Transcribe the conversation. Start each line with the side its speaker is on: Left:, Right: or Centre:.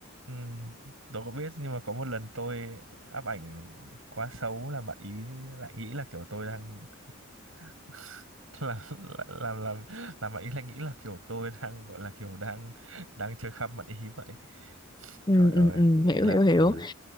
Right: Ừ, tôi có biết nhưng mà có một lần tôi áp ảnh quá xấu là bạn ý lại nghĩ là kiểu tôi đang <laughs> làm làm làm làm bạn ý lại nghĩ là kiểu tôi đang gọi là kiểu đang đang chơi khăm bạn ý vậy
Left: Ừm,
Right: trời ơi
Left: ừm, ừm,
Right: nghĩ
Left: hiểu,
Right: lại
Left: hiểu, hiểu.
Right: thật là